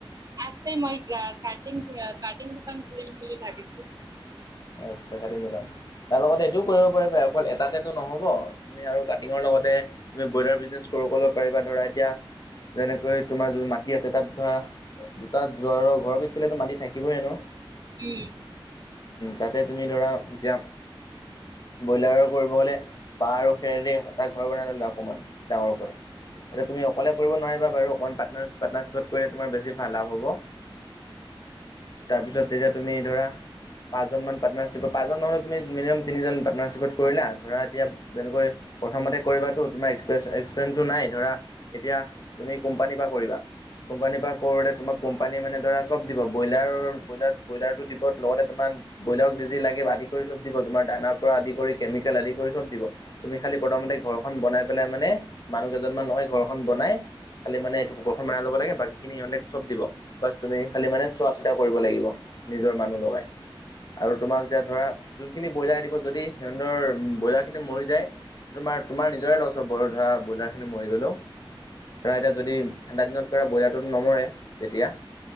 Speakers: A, on the right; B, on the left.
A: আছে মই কাটিং কাটিং দ দুোকান খোলিম বুলি ভাবিছো।
B: আচ্ছা কাটিং দোকান, তাৰ লগত এইটোও কৰিব প অকল এটাতেটো নহব, তুমি আৰু কাটিঙৰ লগতে তুমি ব্ৰইলাৰ বিজনেছ কৰো ক'লে পাৰিবা ধৰা এতিয়া, যেনেকৈ তোমাৰ যোন মাটি আছে তাত ধৰা। দুটা জোৱাৰৰ ঘৰৰ পিছফালেতো মাটি থাকিব এনেইও।
A: উম।
B: তাতে তুমি ধৰা এতিয়া ব্ৰইলাৰ কৰিব হ'লে বাঁহ আৰু খেৰেৰে এটা ঘৰ বনাই ল'লা অকনমান ডাঙৰ তুমি অকলে কৰিব নোৱাৰিবা বাৰু অকমান পাৰ্টনাৰ পাটৰ্নাশ্যিপত কৰিলে তোমাৰ বেছি ভাল লাভ হ'ব। তাৰপিছত তেতিয়া তুমি ধৰা পাঁচজনমান পাটৰ্নাৰশ্যিপ পাঁচজন নহ'লেও তুমি মিনিমাম তিনিজন পাটৰ্নাশ্যিপত কৰিলা ধৰা এতিয়া যেনেকৈ প্ৰথমতে কৰিবাটো তোমাৰ এ এক এক্সপেৰিয়ঞ্চটো নাই, ধৰা এতিয়া তুমি কোম্পানীৰ পৰা কৰিবা কোম্পানীৰ পৰা কৰোঁতে তোমাক কোম্পানীয়ে মানে ধৰা চব দিব ব্ৰইলাৰৰ ব্ৰইলাৰ ব্ৰইলাৰটো দিব লগতে তোমাৰ ব্ৰইলাৰক যি যি লাগে আদি কৰি চব দিব তোমাৰ দানাৰ পৰা আদি কৰি কেমিকেল আদি কৰি চব দিব। তুমি খালি প্ৰথমতে ঘৰখন বনাই পেলাই মানে মানুহ কেইজনমান লগাই ঘৰখন বনাই খালি মানে এইটো ঘৰ খন বনাই ল'ব লাগে বাকী খিনি সিহঁতে চব দিব। বচ তুমি খালি মানে চোৱা চিতা কৰিব লাগিব নিজৰ মানুহ লগাই। আৰু তোমাক এতিয়া ধৰা যোনখিনি ব্ৰইলাৰ দিব, যদি সিহঁতৰ ব্ৰইলাৰ খিনি মৰি যায় তোমাৰ তোমাৰ নিজৰে লষ্ট হ'ব ধৰা ব্ৰইলাৰ খিনি মৰি গ'লোও। ধৰা এতিয়া যদি ঠাণ্ডা দিনত কৰা ব্ৰইলাৰটোত নমৰে তেতিয়া।